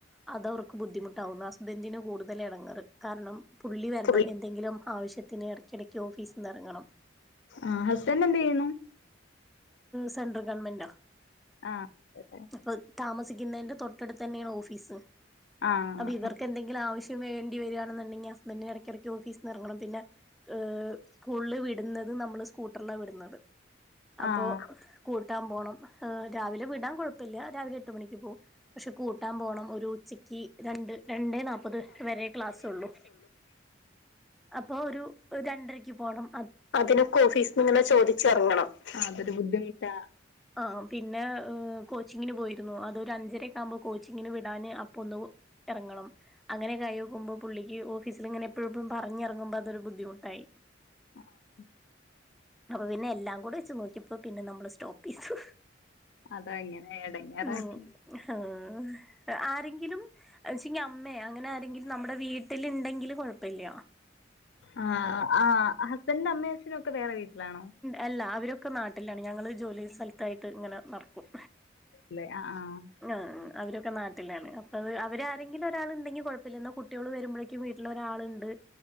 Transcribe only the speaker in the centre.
അത് അവർക്ക് ബുദ്ധിമുട്ടാവും ഹസ്ബന്റിനു കൂടുതൽ എടങ്ങേറ് കാരണം പുള്ളി വരണം
എന്തെങ്കിലും ആവശ്യത്തിന് ഇടക്കിടക്ക് ഓഫീസിന്ന് ഇറങ്ങണം
സെൻട്രൽ ഗവൺമെന്റാ
അപ്പൊ താമസിക്കുന്നേന്റെ തൊട്ടടുത്ത് തന്നെയാണ് ഓഫീസ്
അപ്പൊ ഇവർക്ക് എന്തെങ്കി ങ്കിലും ആവശ്യം വേണ്ടി വാരാണെന്ന്ണ്ടെങ്കി ഹസ്ബന്റ് ന് ഇടക്കിടക്ക് ഒഫീസ് ന്ന് റങ്ങണം പിന്നെ ഏഹ് സ്കൂള് വിടുന്നത് നമ്മള് സ്കൂട്ടർലാ വിടുന്നത് അപ്പോ
കൂട്ടാ പോണം രാവിലെ വിടാൻ കുഴപ്പല്ല രാവിലെ എട്ട് മണിക്ക് പോവും പക്ഷെ കൂട്ടാ പോണം ഒരു ഉച്ച ക്കി രണ്ട് രണ്ടെ നാപ്പത് വരെ ക്ലാസ് ഒള്ളു അപ്പോ ഒരു രണ്ടരക്ക് പോ ണം
ആഹ് പിന്നെ കോച്ചിങ്ങിന് പോയിരുന്നു അതൊര് അഞ്ചരക്കെ ആകുമ്പോ കോച്ചിങ്ങിന് വിടാന് അപ്പ ഒന്ന് എറങ്ങണം അങ്ങനെ ഒക്കെ ആയോക്കുമ്പോ പുള്ളിക്ക് ഓഫീസില് ഇങ്ങന എപ്പഴും പ്പഴും പറഞ്ഞിറങ്ങുമ്പോ അതെര് ബുദ്ധിമുട്ടായി
അപ്പൊ പിന്നെ എല്ലാം കൂടെ വച്ച് നോക്കിയപ്പോ പിന്നെ നമ്മള് സ്റ്റോപ്പ് ചെയ്തു
ഉം ആഹ് ആരെങ്കിലും ച്ചെങ്കി അമ്മേ അങ്ങനെ ആരെങ്കിലും നമ്മുടെ വീട്ടില് ഇണ്ടെങ്കില് കുഴപ്പല്ല
അല്ല അവരൊക്കെ നാട്ടിലാണ് ഞങ്ങള് ജോലി സ്ഥലത്തായിട്ട് ഇങ്ങനെ നടക്കും
ആ ആ അവരൊക്കെ നാട്ടിലാണ് അപ്പ അത് അവരാരെങ്കില് ഒരാള് ണ്ടെങ്കി കുഴപ്പല്ല ഇന്നാ കുട്ടിയോള് വരുമ്പ യ്ക്കും വീട്ടില് ഒരാള്ണ്ട്